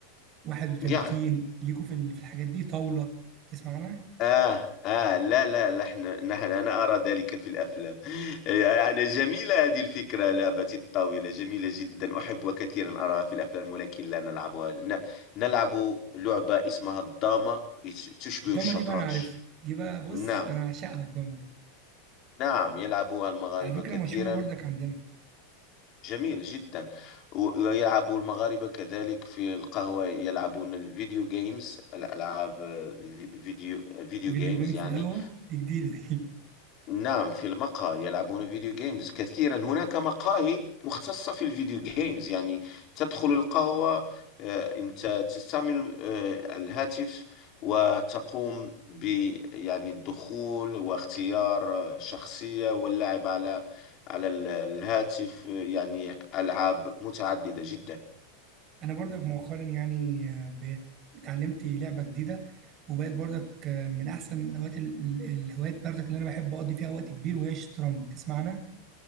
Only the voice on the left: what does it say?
يعني
آه آه لا لا نحن نحن أنا أرى ذلك في الأفلام <laughs> يعني جميلة هذه الفكرة لعبة الطاولة جميلة جدا أحب كثيرا أراها في الأفلام ولكن لا نلعبها ن- نلعب لعبة اسمها الدامة يش- تشبه
الشطرنج
نعم
نعم يلعبها المغاربة
كثيرا
جميل جدا و- ويلعب المغاربة كذلك في القهوة يلعبون الفيديو جيمز الألعاب آه، الفيديو فيديو
جيمز
يعني
نعم في المقهى يلعبون فيديو جيمز كثيرا هناك مقاهي مختصة في الفيديو جيمز يعني تدخل القهوة آه، أنت تستعمل آه، الهاتف وتقوم ب يعني الدخول واختيار آه، شخصية واللعب على على ال- الهاتف آه، يعني ألعاب متعددة جدا